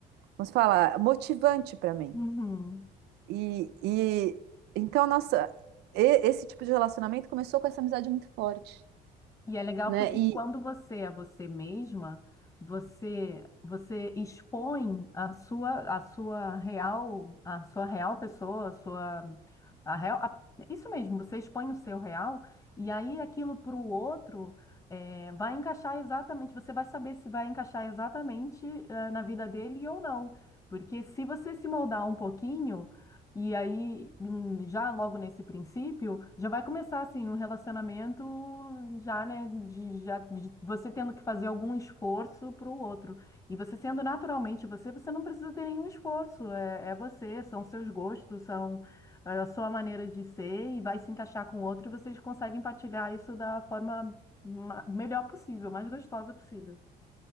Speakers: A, on the right; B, on the left.
A: vamos falar, motivante para mim.
B: Uhum.
A: E, e então, nossa, e- esse tipo de relacionamento começou com essa amizade muito forte,
B: E é legal
A: né?
B: porque
A: E
B: quando você é você mesma, você você expõe a sua a sua real a sua real pessoa, a sua a real, a- isso mesmo, você expõe o seu real e aí aquilo para o outro é, vai encaixar exatamente, você vai saber se vai encaixar exatamente eh, na vida dele ou não. Porque se você se moldar um pouquinho e aí, hum, já logo nesse princípio, já vai começar assim um relacionamento já, né, de, já, de você tendo que fazer algum esforço para o outro. E você sendo naturalmente você, você não precisa ter nenhum esforço. É, é você, são seus gostos, são é, a sua maneira de ser e vai se encaixar com o outro e vocês conseguem partilhar isso da forma ma- melhor possível, mais gostosa possível.